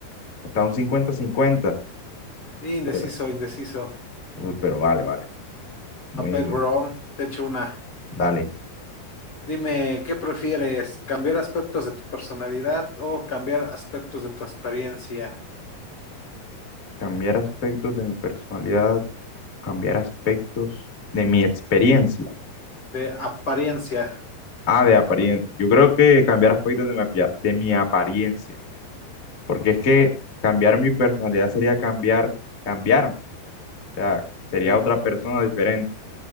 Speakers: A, on the left (about 25°); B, on the left (about 40°).
A: está un cincuenta cincuenta
B: Indeciso,
A: pero,
B: indeciso.
A: uy, pero vale, vale. Muy...
B: A ver, bro, te echo una.
A: Dale.
B: Dime, ¿qué prefieres? ¿Cambiar aspectos de tu personalidad o cambiar aspectos de tu experiencia?
A: Cambiar aspectos de mi personalidad, cambiar aspectos de mi experiencia.
B: De apariencia.
A: Ah, de apariencia. Yo creo que cambiar aspectos de mi, apia- de mi apariencia. Porque es que cambiar mi personalidad sería cambiar, cambiarme. O sea, sería
B: Sí.
A: otra persona diferente.